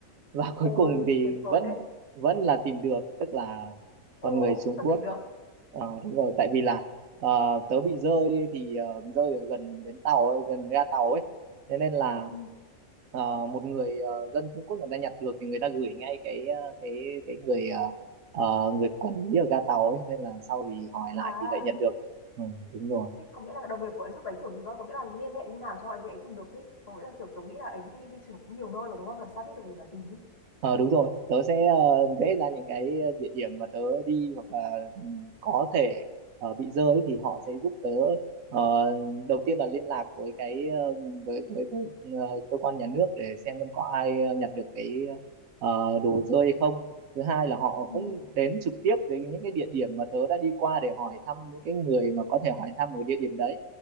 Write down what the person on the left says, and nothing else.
ôi
tuyệt vời
thế
ồ
sao
tìm được
Ừ.
à
thế có nghĩa là đồng nghiệp của ấy giúp ấy kiểu gì cơ có nghĩa là liên hệ như nào cho ấy ấy tìm được ý có nghĩa là kiểu tớ nghĩ là ấy đi di chuyển cũng nhiều nơi mà đúng không làm sao biết được người mà tìm ý
Ừ.